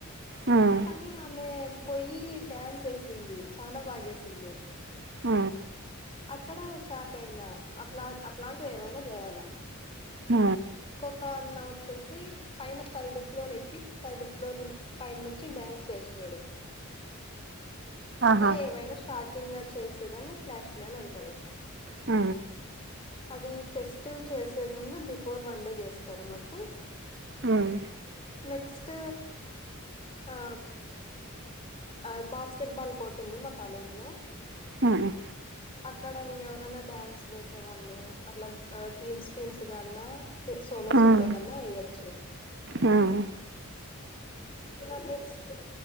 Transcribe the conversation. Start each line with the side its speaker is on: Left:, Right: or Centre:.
Right: మ్మ్.
Left: కానీ ఆమె పోయి డ్యాన్స్ ఏసింది చనా బాగేసింది
Right: ఆ
Left: అక్కడ షాక్ అయినా అప్ అట్లా అట్లాంటివి ఏమైనా చేయాలా
Right: ఆ
Left: క అన్న వచ్చేసి పైన థర్డ్ ఫ్లోర్ ఎక్కి థర్డ్ ఫ్లోర్ పైనుంచి డ్యాన్స్ చేసినాడు అట్లా
Right: ఆహా
Left: ఏవైనా షాక్ కింగా చేసేదాని ఫ్లాష్ మ్యాన్ అంటరు
Right: ఆ
Left: అది ఫెస్ట్ చేసేకి ముందు బి ఫోర్ వన్ డే చేస్తారు మాకి
Right: మ్మ్.
Left: నెక్స్ట్ ఆ ఆ బాస్కెట్ బాల్ కోర్ట్ ఉంది మా కాలేజ్ లో
Right: మ్మ్.
Left: అక్కడ ఇంగ ఎవరనా డ్యాన్స్ వేసే వాళ్ళు అట్లా టీమ్స్ టీమ్స్ గా అన్నా స సోలో
Right: మ్మ్.
Left: సోలగాన్నా వేయచ్చు
Right: మ్మ్. మ్మ్.
Left: ఇకా నెక్స్ట్